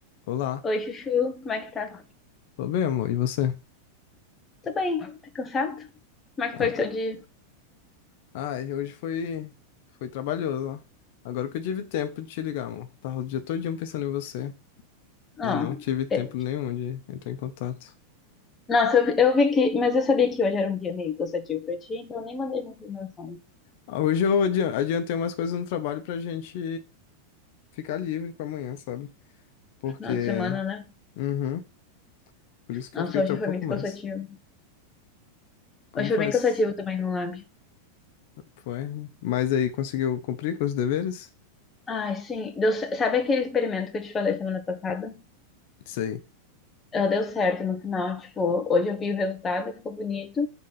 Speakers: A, on the left; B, on the left.
A: Olá,
B: Oi, Chuchu, como é que tá?
A: tô bem, amor. E você?
B: Tudo bem, tá cansado? Como é que
A: Ah,
B: foi o seu dia?
A: ai, hoje foi foi trabalhoso, ó. Agora que eu tive tempo de te ligar, amor. Tava o dia todinho pensando em você
B: Ah,
A: e não tive tempo
B: pe-
A: nenhum de entrar em contato.
B: nossa, eu, eu vi que, mas eu sabia que hoje era um dia meio cansativo pra ti, então eu nem mandei muita mensagem.
A: Ah, Hoje eu adi- adiantei umas coisas no trabalho pra gente ficar livre pra amanhã, sabe? Porque,
B: Final de semana, né?
A: uhum, por isso que
B: Nossa,
A: eu fiquei até
B: hoje
A: um
B: foi
A: pouco
B: muito
A: mais.
B: cansativo.
A: Como
B: Hoje foi
A: foi?
B: bem
A: esse-
B: cansativo também no lab.
A: Foi, né? Mas aí conseguiu cumprir com os deveres?
B: Ai, sim, deu, ce- sabe aquele experimento que eu te falei semana passada?
A: Isso aí.
B: Ah, deu certo no final, tipo, hoje eu vi o resultado, ficou bonito.